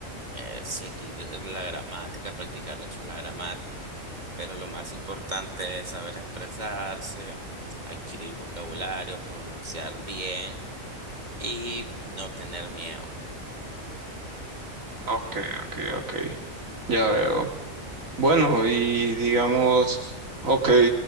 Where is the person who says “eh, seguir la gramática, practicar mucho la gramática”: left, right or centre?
Right